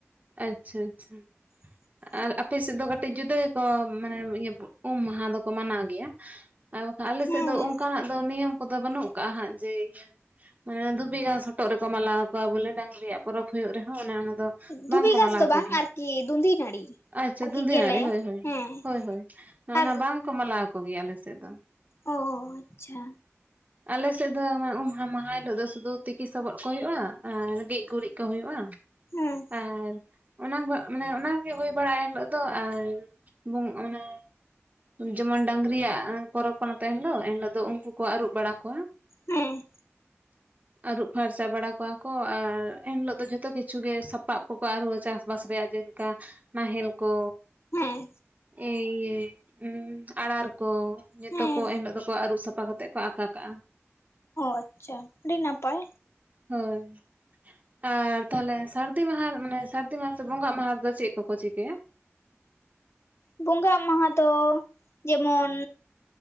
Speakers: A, on the right; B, on the left.
A: ᱟᱪᱪᱷᱟ ᱟᱪᱪᱷᱟ
B: <inaudible>
A: ᱟᱨ ᱟᱯᱮ ᱥᱮᱫ ᱫᱚ ᱠᱟᱹᱴᱤᱡ ᱡᱩᱫᱟᱹ ᱜᱮᱠᱚ ᱢᱟᱱᱮ ᱤᱭᱟᱹ ᱩᱢ ᱢᱟᱦᱟ ᱫᱚᱠᱚ ᱢᱟᱱᱟᱣ ᱜᱮᱭᱟ ᱟᱨ ᱵᱟᱠᱷᱟᱡ ᱟᱞᱮ
B: ᱦᱮᱸ
A: ᱥᱮᱫ ᱫᱚ ᱚᱱᱠᱟᱱᱟᱜ ᱫᱚ ᱱᱤᱭᱚᱢ ᱠᱚᱫᱚ ᱵᱟᱹᱱᱩᱜ ᱟᱠᱟᱜᱼᱟ ᱦᱟᱸᱜ ᱡᱮ ᱤᱟᱹ ᱢᱟᱱᱮ ᱫᱷᱩᱵᱤ ᱜᱷᱟᱸᱥ ᱦᱚᱴᱚᱜ ᱨᱮᱠᱚ ᱢᱟᱞᱟᱣᱟᱠᱚᱣᱟ ᱵᱚᱞᱮ ᱰᱟᱝᱨᱤᱭᱟᱜ ᱯᱚᱨᱚᱵᱽ ᱦᱩᱭᱩᱜ ᱨᱮᱦᱚᱸ ᱚᱱᱮ ᱚᱱᱟ ᱫᱚ
B: ᱫᱷᱩᱵᱤ
A: ᱵᱟᱝᱠᱚ
B: ᱜᱷᱟᱥ
A: ᱢᱟᱞᱟ
B: ᱫᱚ
A: ᱟᱠᱚ
B: ᱵᱟᱝ
A: ᱜᱮᱭᱟ
B: ᱟᱨᱠᱤ ᱫᱩᱸᱫᱷᱤ ᱱᱟᱹᱲᱤ
A: ᱟᱪᱪᱷᱟ
B: ᱟᱨᱠᱤ
A: ᱫᱩᱱᱫᱤ
B: ᱜᱮᱞᱮ
A: ᱱᱟᱲᱤ ᱦᱳᱭ
B: ᱦᱮᱸ
A: ᱦᱳᱭ ᱦᱳᱭ
B: ᱟᱨ
A: ᱚᱱᱟ ᱵᱟᱝᱠᱚ ᱢᱟᱞᱟᱣ ᱟᱠᱚ ᱜᱮᱭᱟ ᱟᱞᱮ ᱥᱮᱫ ᱫᱚ
B: ᱚᱦ ᱟᱪᱪᱷᱟ
A: ᱟᱞᱮᱥᱮᱫ ᱫᱚ ᱚᱱᱟ ᱩᱢᱦᱟ ᱢᱟᱦᱟ ᱦᱤᱞᱳᱜ ᱫᱚ ᱥᱩᱫᱷᱩ ᱛᱤᱠᱤ ᱥᱚᱵᱚᱫ ᱠᱚ ᱦᱩᱭᱩᱜᱼᱟ ᱟᱨ ᱜᱮᱡ ᱜᱩᱨᱤᱡ ᱠᱚ ᱦᱩᱭᱩᱜᱼᱟ
B: ᱦᱩᱸ
A: ᱟᱨ ᱚᱱᱟ ᱢᱟᱱᱮ ᱚᱱᱟᱜᱮ ᱦᱩᱭ ᱵᱟᱲᱟᱜᱼᱟ ᱮᱱ ᱦᱤᱞᱳᱜ ᱫᱚ ᱟᱨ ᱵᱟᱝ ᱚᱱᱟ ᱡᱮᱢᱚᱱ ᱰᱟᱝᱨᱤᱭᱟᱜ ᱯᱚᱨᱚᱵᱽ ᱠᱟᱱᱟ ᱛᱚ ᱮᱱ ᱦᱤᱞᱳᱜ ᱮᱱᱦᱤᱞᱳᱜ ᱫᱚ ᱩᱝᱠᱩ ᱠᱚ ᱟᱹᱨᱩᱵ ᱵᱟᱲᱟ ᱠᱚᱣᱟ
B: ᱦᱮᱸ
A: ᱟᱹᱨᱩᱯ ᱯᱷᱟᱨᱪᱟ ᱵᱟᱲᱟ ᱠᱚᱣᱟ ᱠᱚ ᱟᱨ ᱮᱱᱦᱤᱞᱳᱜ ᱫᱚ ᱡᱷᱚᱛᱚ ᱠᱤᱪᱷᱩ ᱜᱮ ᱥᱟᱯ ᱥᱟᱵ ᱠᱚᱠᱚ ᱟᱹᱨᱩᱵᱟᱹ ᱪᱟᱥᱵᱟᱥ ᱨᱮᱭᱟᱜ ᱡᱮᱞᱮᱠᱟ ᱱᱟᱦᱮᱞ ᱠᱚ
B: ᱦᱮᱸ
A: ᱮᱸ ᱤᱸᱳ ᱩᱸ ᱟᱨᱟᱲ ᱠᱚ ᱡᱚᱛᱚ
B: ᱦᱮᱸ
A: ᱠᱚ ᱮᱱᱤᱞᱚᱜ ᱫᱚᱠᱚ ᱟᱹᱨᱩᱵ ᱥᱟᱯᱟ ᱠᱟᱛᱮ ᱠᱚ ᱟᱠᱟ ᱠᱟᱜᱼᱟ
B: ᱟᱪᱪᱷᱟ ᱟᱹᱰᱤ ᱱᱟᱯᱟᱭ
A: ᱦᱳᱭ ᱟᱨ ᱛᱟᱦᱞᱮ ᱥᱟᱹᱨᱫᱤ ᱢᱟᱦᱟ ᱢᱟᱱᱮ ᱥᱟᱹᱨᱫᱤ ᱢᱟᱦᱟ ᱥᱮ ᱵᱚᱸᱜᱟᱜ ᱢᱟᱦᱟ ᱨᱮᱫᱚ ᱪᱮᱫ ᱠᱚᱠᱚ ᱪᱤᱠᱟᱹᱭᱟ
B: ᱵᱚᱸᱜᱟᱜ ᱢᱟᱦᱟ ᱫᱚ ᱡᱮᱢᱚᱱ